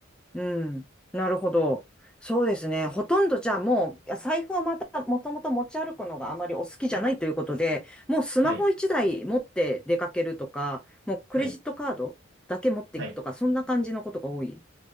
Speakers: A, in the centre; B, on the right.
A: うん。なるほど。そうですね。ほとんどじゃあもう、財布はまた、もともと持ち歩くのがあまりお好きじゃないということで、もうスマホ一台持って出かけるとか、
B: はい。
A: もうクレジットカードだけ持っていくとか、
B: はい。はい。
A: そんな感じのことが多いっ